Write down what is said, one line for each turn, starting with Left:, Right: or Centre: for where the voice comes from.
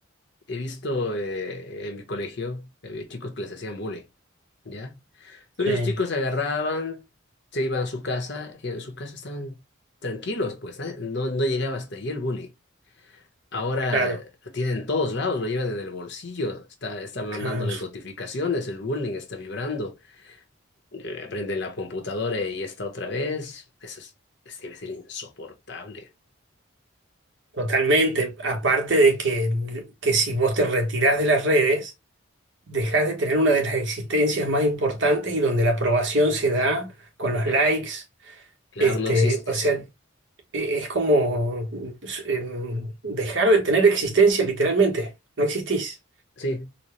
Left: he visto eh, en mi colegio, había chicos que les hacían bullying, ¿ya? Pero
Right: Sí,
Left: esos chicos agarraban, se iban a su casa y en su casa estaban tranquilos, pues, ¿eh? No, no llegaba hasta ahí el bullying. Ahora
Right: claro,
Left: lo tienen en todos lados, lo lleva desde el bolsillo, está, está mandándoles
Right: claro,
Left: notificaciones, el bullying está vibrando, eh, aprende en la computadora y está otra vez. Eso es, es- debe ser insoportable.
Right: totalmente. Aparte de que, que si vos te retirás de las redes, dejás de tener una de las existencias más importantes y donde la aprobación se da con los
Left: Ya,
Right: likes.
Left: claro,
Right: Este,
Left: no existes.
Right: o sea, e- es como em, dejar de tener existencia literalmente. No existís.
Left: Sí,